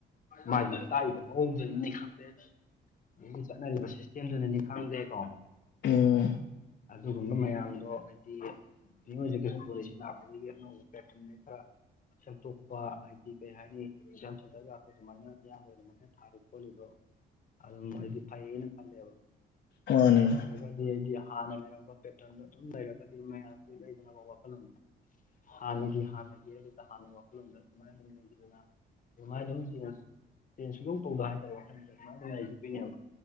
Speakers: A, on the left; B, on the left.
A: ꯃꯥꯒꯤ ꯇꯥꯏ ꯃꯑꯣꯡꯗꯨꯅꯅꯤ ꯈꯪꯗꯦ ꯑꯒꯤ ꯆꯠꯅꯔꯤꯕ ꯁꯤꯛꯁꯇꯦꯝꯗꯨꯅꯅꯤ ꯈꯪꯗꯦꯀꯣ
B: ꯎꯝ
A: ꯑꯗꯨꯒꯨꯝꯕ ꯃꯌꯥꯝꯗꯣ ꯅꯤꯌ ꯑꯦꯗꯨꯀꯦꯁꯟ ꯄꯣꯂꯤꯁꯤ ꯂꯥꯛꯄꯗꯒꯤ ꯑꯅꯧꯕꯥ ꯄꯦꯇꯔꯟ ꯈꯔ ꯁꯦꯝꯦꯡꯇꯣꯛꯄ ꯍꯥꯏꯗꯤ ꯀꯩ ꯍꯥꯏꯅꯤ ꯇꯨꯏꯁꯟ ꯁꯦꯟꯇꯔꯒ ꯑꯩꯈꯣꯏ ꯑꯗꯨꯃꯥꯏꯅ ꯏꯌꯥꯝꯕꯗ ꯑꯗꯨꯃꯥꯏꯅ ꯊꯥꯔꯤ ꯈꯣꯠꯂꯤꯗꯣ ꯑꯗꯨꯝ ꯍꯥꯏꯗꯤ ꯐꯩꯅ ꯈꯜꯂꯦꯕ
B: ꯃꯥꯅꯦ
A: ꯅꯠꯇ꯭ꯔꯒ
B: ꯃꯥ-
A: ꯍꯥꯏꯒꯗꯤ ꯑꯩꯗꯤ ꯍꯥꯟꯅ ꯂꯩꯔꯝꯕ ꯄꯦꯇꯔꯟ ꯑꯗꯨꯝ ꯂꯩꯔꯒꯗꯤ ꯃꯌꯥꯝꯗꯨ ꯂꯩꯗꯅꯕ ꯋꯥꯈꯜꯂꯣꯟꯗ ꯍꯥꯟꯅꯒꯤ ꯍꯥꯟꯅꯒꯤ ꯑꯗꯨꯗ ꯍꯥꯟꯅꯒꯤ ꯋꯥꯈꯜꯂꯣꯟꯗ ꯑꯗꯨꯃꯥꯏꯅ ꯑꯗꯨꯝ ꯂꯩꯈꯤꯕꯗꯅ ꯑꯗꯨꯃꯥꯏꯅ ꯑꯗꯨꯝ ꯆꯦꯟꯖ ꯆꯦꯟꯖ ꯁꯨꯡꯗꯧ ꯇꯧꯗ ꯍꯥꯏꯇꯥꯔꯦ ꯋꯥꯈꯜꯗꯨꯁꯨ ꯑꯗꯨꯃꯥꯏ ꯑꯗꯨꯝ ꯂꯩꯒꯤ ꯗꯣꯏꯅꯦꯕ